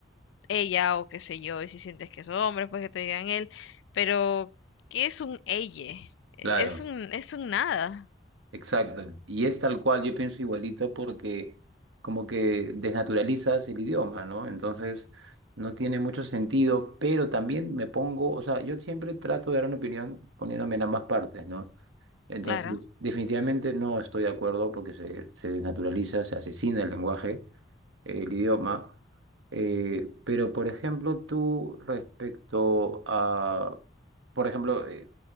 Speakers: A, on the left; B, on the right.
A: ella o qué sé yo, y si sientes que es hombre, pues que te digan él, pero ¿qué es un ella? E,
B: claro.
A: Es un, es un nada,
B: Exacto. Y es tal cual, yo pienso igualito porque como que desnaturalizas el idioma, ¿no? Entonces no tiene mucho sentido, pero también me pongo, o sea, yo siempre trato de dar una opinión poniéndome en ambas partes, ¿no? Entonces,
A: claro.
B: definitivamente no estoy de acuerdo porque se, se desnaturaliza, se asesina el lenguaje, el idioma. Eh, pero, por ejemplo, tú respecto a, por ejemplo, eh,